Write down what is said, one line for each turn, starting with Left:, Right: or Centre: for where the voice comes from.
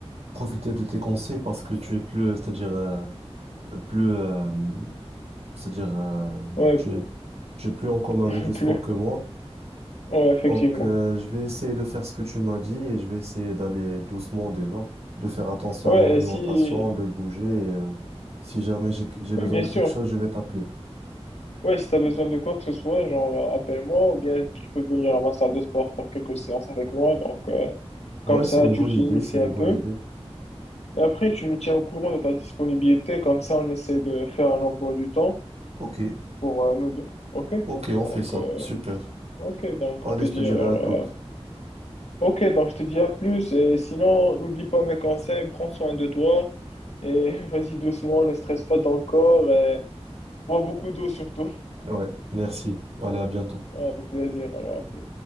Right: profiter de tes conseils parce que tu es plus, euh, c'est-à-dire euh, plus, euh, c'est-à-dire euh,
Left: Ouais,
Right: tu es, tu es plus en commun
Left: <laughs>
Right: avec le sport
Left: plus.
Right: que moi.
Left: Ouais, effectivement.
Right: Donc, euh, je vais essayer de faire ce que tu m'as dit et je vais essayer d'aller doucement déjà, de faire attention
Left: Ouais,
Right: à mon alimentation,
Left: et si...
Right: de bouger. et, euh, si jamais j'ai j'ai besoin
Left: ouais, bien
Right: de
Left: sûr.
Right: quelque chose, je vais t'appeler.
Left: Ouais, si tu as besoin de quoi que ce soit, genre, euh, appelle-moi ou bien tu peux venir à ma salle de sport faire quelques séances avec moi. Donc, euh,
Right: Ouais,
Left: comme ça,
Right: c'est une
Left: tu
Right: bonne
Left: t'inities
Right: idée, c'est une
Left: un peu.
Right: bonne idée.
Left: Et après, tu me tiens au courant de ta disponibilité. Comme ça, on essaie de faire un emploi du temps
Right: Ok,
Left: pour euh, nous deux. OK?
Right: ok, on
Left: Donc,
Right: fait ça.
Left: euh,
Right: Super.
Left: Ok, donc
Right: Allez,
Left: je te
Right: je
Left: dis
Right: te dirai
Left: alors.
Right: à toutes.
Left: euh, Ok, donc je te dis à plus. Et sinon, n'oublie pas mes conseils, prends soin de toi. Et <laughs> vas-y doucement, ne stresse pas ton corps. Et bois beaucoup d'eau surtout. <laughs>
Right: Ouais, merci. Allez, à bientôt.
Left: Ouais, avec plaisir. Alors, à plus.